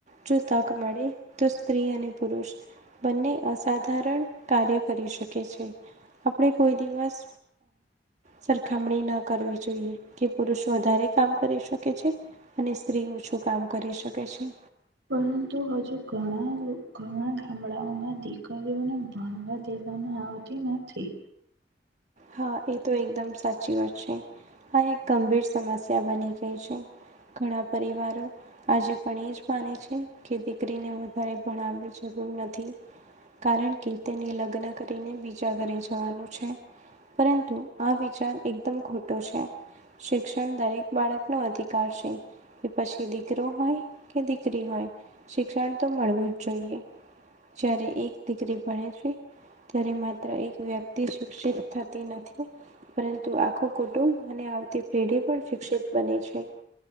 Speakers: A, on the right; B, on the right.
A: જો તક મળે તો સ્ત્રી અને પુરુષ બંને અસાધારણ કાર્ય કરી શકે છે. આપણે કોઈ દિવસ સરખામણી ના કરવી જોઈએ, કે પુરુષ વધારે કામ કરી શકે છે. અને સ્ત્રી ઓછું કામ કરી શકે છે.
B: પરંતુ હજુ ઘણા ગામડાઓમાં દીકરીઓને ભણવા દેવામાં આવતી નથી.
A: હા એ તો એકદમ સાચી વાત છે, આ એક ગંભીર સમસ્યા બની ગઈ છે. ઘણા પરિવારો આજે પણ એજ માને છે કે દીકરીને વધારે ભણાવની જરૂર નથી. કારણ કે તેને લગ્ન કરીને બીજા ઘરે જવાનું છે. પરંતુ આ વિચાર એકદમ ખોટો છે. શિક્ષણ દરેક બાળકનો અધિકાર છે. એ પછી દીકરો હોય, કે દીકરી હોય, શિક્ષણ તો મળવું જ જોઈએ. જ્યારે એક દિકરી ભણે છે, ત્યારે માત્ર એક વ્યક્તિ શિક્ષિત થતી નથી. પરંતુ આખું કુટુંબ અને આવતી પેઢી પણ શિક્ષિત બને છે.